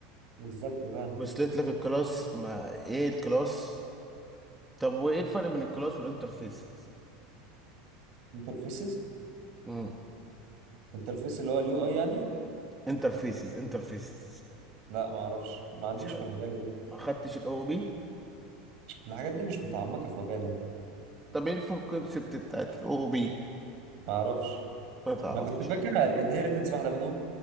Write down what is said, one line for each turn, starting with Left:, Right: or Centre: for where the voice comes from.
Right: بالظبط فاهم
Centre: وصلت لك الكلاس ما ايه الكلاس طب وايه الفرق بين الكلاس والانترفيس
Right: انترفيسز
Centre: امم
Right: انترفيس اللي هو اليو اي يعني
Centre: انترفيسز انترفيسز
Right: لا ما اعرفش ما عنديش
Centre: مش ه-
Right: في مجالي ده
Centre: ما خدتش الاو بي
Right: الحاجات دي مش متعمقه في مجالي انا
Centre: طب ايه الفور كونسبت بتاعت الاو بي
Right: ما اعرفش
Centre: ما تعرفش
Right: انا كنت فاكر الانهيرتنس واحده منهم